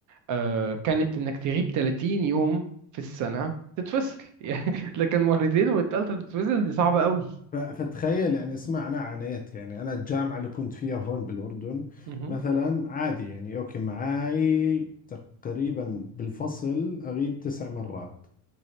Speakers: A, on the right; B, on the left.
A: آه، كانت انك تغيب 30 يوم في السنة تتفصل <laughs> يعني لكن مرتين والتالتة تتفصل دي صعبة قوي
B: ف- فتخيل يعني اسمعنا عانيت يعني أنا الجامعة اللي كنت فيها هون بالأردن
A: مهم.
B: مثلا عادي يعني أوكي معاي تقريبا بالفصل أغيب تسع مرات